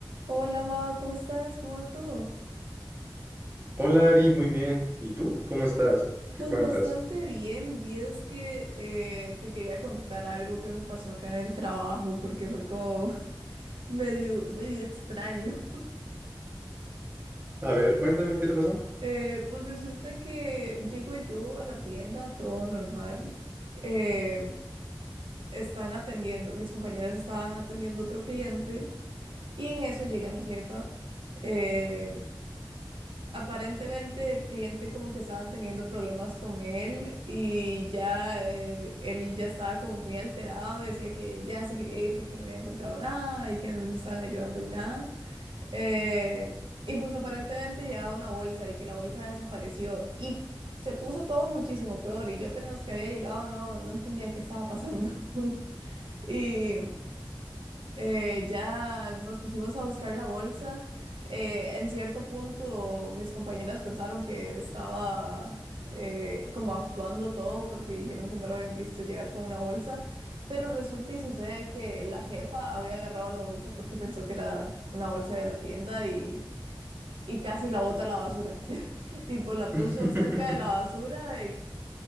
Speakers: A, on the right; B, on the right.
A: Hola, Amado, ¿cómo estás? ¿Cómo va todo?
B: Hola Ari, muy bien. ¿Y tú? ¿Cómo estás? ¿Qué
A: Pues
B: cuentas?
A: bastante bien, vi es que eh, te quería contar algo que me pasó acá en el trabajo porque fue como <laughs> medio, medio extraño.
B: A ver, cuéntame, ¿qué te pasó?
A: Eh, pues resulta que llego yo a la tienda, todo normal. eh, están atendiendo, mis compañeras estaban atendiendo otro cliente y en eso llega mi jefa. eh, Aparentemente el cliente como que estaban teniendo problemas con él y ya eh, él ya estaba como muy alterado y decía que ya se quería ir porque no había encontrado nada y que no le estaban ayudando en nada. Eh, y pues aparentemente llevaba una bolsa y que la bolsa desapareció y se puso todo muchísimo peor y yo apenas que había llegado no, no entendía qué estaba pasando. <laughs> Y eh, ya nos pusimos a buscar la bolsa. Eh, en cierto punto, mis compañeras pensaron que estaba eh, como actuando todo porque dijeron que no lo habían visto llegar con una bolsa, pero resulta y sucede que la jefa había agarrado la bolsa porque pensó que era una bolsa de la tienda y, y casi la bota a la basura. <laughs> Tipo, la
B: <laughs>
A: puso cerca de la basura